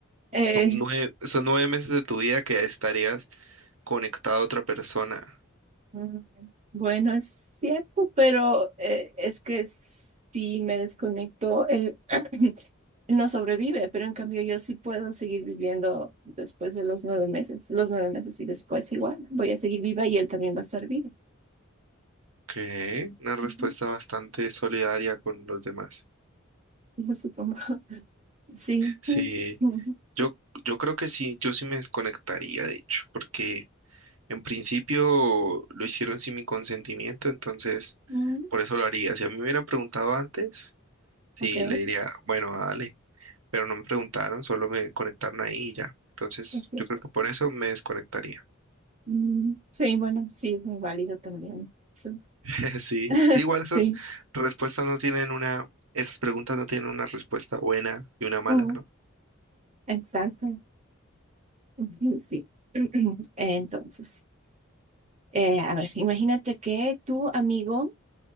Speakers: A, on the right; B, on the right.
A: Eh,
B: Son nueve, son nueve meses de tu vida que estarías conectado a otra persona.
A: mm, bueno, es cierto, pero eh, es que si me desconecto, él, <clears throat> él no sobrevive, pero en cambio yo sí puedo seguir viviendo después de los nueve meses, los nueve meses y después igual, voy a seguir viva y él también va a estar vivo.
B: Ok, una respuesta
A: Ujú.
B: bastante solidaria con los demás.
A: Yo supongo, <laughs> sí.
B: Sí,
A: Mm, mm,
B: yo,
A: mm,
B: yo creo que sí, yo sí me desconectaría, de hecho, porque En principio lo hicieron sin mi consentimiento, entonces
A: mm,
B: por eso lo haría. Si a mí me hubieran preguntado antes, sí,
A: Ok,
B: le diría, bueno, dale, pero no me preguntaron, solo me conectaron ahí y ya. Entonces
A: es cierto.
B: yo creo que por eso me desconectaría.
A: Mm, sí, bueno, sí, es muy válido también. Sí,
B: <laughs> Sí,
A: <laughs>
B: sí, igual esas
A: sí,
B: respuestas no tienen una, esas preguntas no tienen una respuesta buena y una mala,
A: mm,
B: ¿no?
A: exacto. Ujú, Sí. <clears throat> Entonces, eh, a ver, imagínate que tu amigo